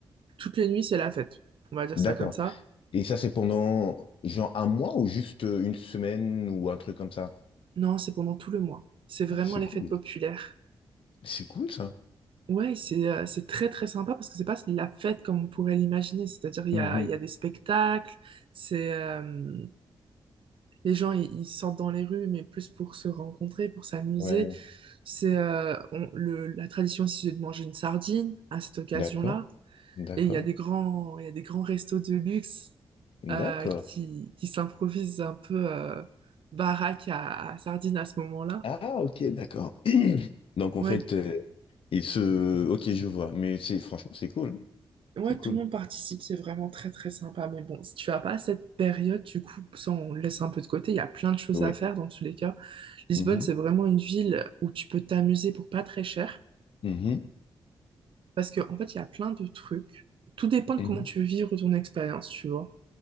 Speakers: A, on the right; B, on the left.
A: toutes les nuits, c'est la fête. On va dire
B: D'accord.
A: ça comme ça.
B: Et ça, c'est pendant genre un mois ou juste euh, une semaine ou un truc comme ça?
A: Non, c'est pendant tout le mois. C'est vraiment
B: Ah, c'est
A: les
B: cool.
A: fêtes populaires.
B: C'est cool ça.
A: Ouais, c'est euh, c'est très très sympa parce que c'est pas de la fête comme on pourrait l'imaginer. C'est-à-dire, il
B: Mhm.
A: y a, il y a des spectacles, c'est euh, les gens, ils, ils sortent dans les rues, mais plus pour se rencontrer, pour s'amuser.
B: Ouais.
A: C'est euh, on- le- la tradition aussi de manger une sardine à cette occasion-là.
B: D'accord. D'accord.
A: Et il y a des grands, il y a des grands restos de luxe euh,
B: D'accord.
A: qui, qui s'improvisent un peu euh, baraque à, à sardine à ce moment-là.
B: Ah, ok, d'accord. <clears throat> Donc en
A: Ouais,
B: fait, euh, il se. Ok, je vois. Mais c'est franchement, c'est cool.
A: ouais,
B: C'est cool.
A: tout le monde participe, c'est vraiment très très sympa. Mais bon, si tu vas pas à cette période, du coup, ça on le laisse un peu de côté. Il y a plein de choses
B: Ouais.
A: à faire dans tous les cas. Lisbonne,
B: Mhm.
A: c'est vraiment une ville où tu peux t'amuser pour pas très cher.
B: Mhm.
A: Parce que, en fait, il y a plein de trucs. Tout dépend de
B: Mhm.
A: comment tu veux vivre ton expérience, tu vois.